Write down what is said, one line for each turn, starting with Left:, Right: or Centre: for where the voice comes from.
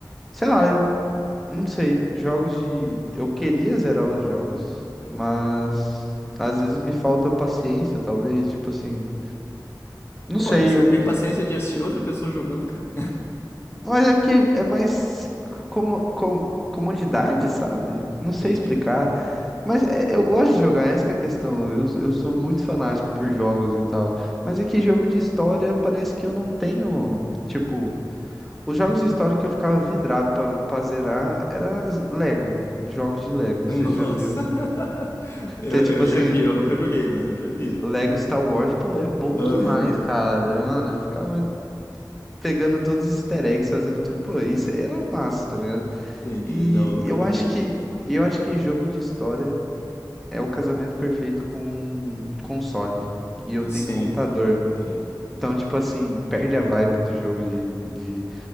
Centre: sei lá, eu não sei, jogos de. Eu queria zerar os jogos, mas às vezes me falta paciência, talvez. Tipo assim, não
Left: Pô,
Centre: sei,
Left: você
Centre: eu
Left: tem paciência de assistir outra pessoa jogando, cara.
Centre: Mas é que é mais como, como, comodidade, sabe?
Left: <laughs>
Centre: Não sei
Left: Entendi.
Centre: explicar. Mas é- eu gosto de jogar, essa que é a questão. Eu, eu sou muito fanático por jogos e tal. Mas é que jogo de história parece que eu não tenho. Tipo, os jogos de história que eu ficava vidrado pra, pra zerar era Lego, jogos de Lego, não
Left: Nossa!
Centre: sei se você já viu.
Left: <laughs> Eu,
Centre: Que é tipo
Left: eu
Centre: assim,
Left: já vi, eu nunca joguei, mas eu já vi.
Centre: Lego Star Wars, pô, é bom
Left: Aham.
Centre: demais, cara. Mano, eu ficava pegando todos os easter eggs, fazendo tudo. Pô, isso aí era massa, tá ligado?
Left: Entendi.
Centre: E
Left: Não, eu nunca
Centre: eu
Left: joguei,
Centre: acho
Left: não.
Centre: que eu acho que jogo de história é o casamento perfeito com console. E eu tenho
Left: Sim,
Centre: computador.
Left: sim.
Centre: Então, tipo assim, perde a vibe do jogo de, de,